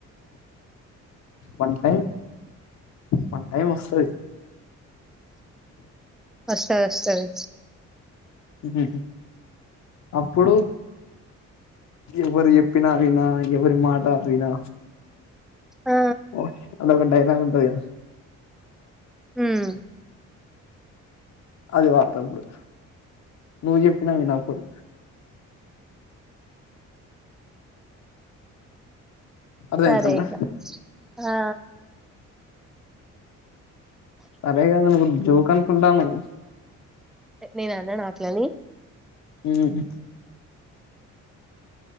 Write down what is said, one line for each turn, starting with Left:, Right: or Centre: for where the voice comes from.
Left: వన్ టైం, వన్ టైం వస్తది.
Centre: వస్తది. వస్తది.
Left: మ్మ్ అప్పుడు ఎవరు చెప్పినా వినా! ఎవరి మాట వినా!
Centre: ఆ
Left: ఓ అదొగడ్డే య ఉంటయిగ.
Centre: మ్
Left: అది వాడ్తా అప్పుడు. నువ్వు చెప్పినా విన అప్పుడు. అర్థమవుతుందా
Centre: సరే ఇగ. ఆ
Left: సరేగాదు నువ్వు జోకనుకుంటానవ్.
Centre: ఎ నేనన్ననా? క్యాన్వి
Left: మ్